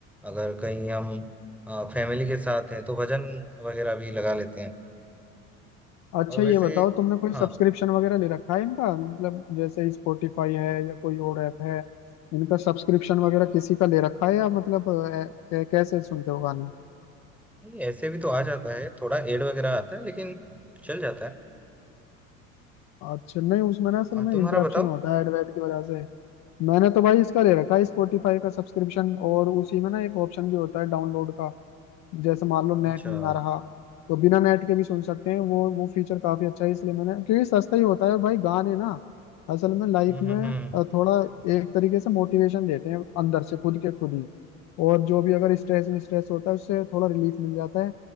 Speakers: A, in the centre; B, on the left.
A: अगर कहीं हम फैमिली के साथ हैं तो भजन वगैरह भी लगा लेते हैं
B: अच्छा
A: और वैसे
B: ये बताओ तुमने कोई
A: हाँ
B: सब्सक्रिप्शन वगैरह ले रखा है इनका मतलब जैसे स्पॉटिफाई है या कोई और ऐप है इनका सब्सक्रिप्शन वगैरह किसी का ले रखा है या मतलब अ, कै- कैसे सुनते हो गाने
A: नहीं ऐसे भी तो आ जाता है थोड़ा एड वगैरह आता है लेकिन चल जाता है
B: अच्छा नहीं उसमें ना असल
A: आ,
B: में
A: तुम्हारा
B: इंटरप्शन
A: बताओ
B: होता है एडवेट की वजह से मैंने तो भाई इसका ले रखा है स्पॉटिफाई का सब्सक्रिप्शन और उसी में ना एक ऑप्शन भी होता है डाउनलोड का जैसे मान लो नेट
A: अच्छा
B: नहीं
A: हम्म
B: आ रहा तो बिना नेट के भी सुन सकते हैं वो वो फीचर काफी अच्छा है इसलिए मैंने क्योंकि सस्ता ही होता है और भाई गाने ना असल में लाइफ
A: हम्म
B: में
A: हम्म।
B: अ, थोड़ा एक तरीके से मोटिवेशन देते हैं अंदर से खुद के खुद ही और जो भी अगर स्ट्रेस स्ट्रेस होता है उससे थोड़ा रिलीफ मिल जाता है